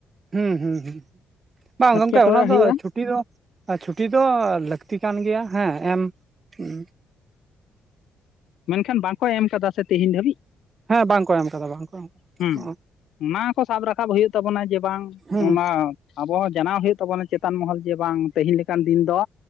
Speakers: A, on the right; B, on the left.
A: ᱦᱩᱸ ᱦᱩᱸ ᱵᱟᱝ
B: ᱮᱴᱠᱮᱴᱚᱬᱮ
A: ᱜᱚᱝᱠᱮ ᱚᱱᱟ ᱫᱚ
B: ᱦᱩᱭᱩᱜᱼᱟ
A: ᱪᱷᱩᱴᱤ ᱫᱚ ᱟᱨ ᱪᱷᱩᱴᱤ ᱫᱚ ᱞᱟᱹᱠᱛᱤ ᱠᱟᱱ ᱜᱮᱭᱟ ᱦᱮᱸ ᱮᱢ ᱦᱩᱸ
B: ᱢᱮᱱᱠᱷᱟᱱ ᱵᱟᱝᱠᱚ ᱮᱢ ᱠᱟᱫᱟ ᱥᱮ ᱛᱮᱦᱮᱧ ᱫᱷᱟᱹᱵᱤᱡ,
A: ᱦᱮᱸ ᱵᱟᱝ ᱠᱚ ᱮᱢ ᱠᱟᱫᱟ ᱵᱟᱝ ᱠᱚ ᱮᱢ
B: ᱦᱩᱸ
A: ᱠᱟᱫᱟ
B: ᱚᱱᱟ ᱠᱚ ᱥᱟᱵ ᱨᱟᱠᱟᱵ ᱦᱩᱭᱩᱜ ᱛᱟᱵᱚᱱᱟ ᱡᱮ ᱵᱟᱝ
A: ᱦᱩᱸ
B: ᱚᱱᱟ ᱟᱵᱚ ᱦᱚᱸ ᱡᱟᱱᱟᱣ ᱦᱩᱭᱩᱜ ᱛᱟᱵᱚᱱᱟ ᱪᱮᱛᱟᱱ ᱢᱚᱦᱚᱞ ᱡᱮ ᱵᱟᱝ ᱛᱮᱦᱮᱧ ᱞᱮᱠᱟᱱ ᱫᱤᱱ ᱫᱚ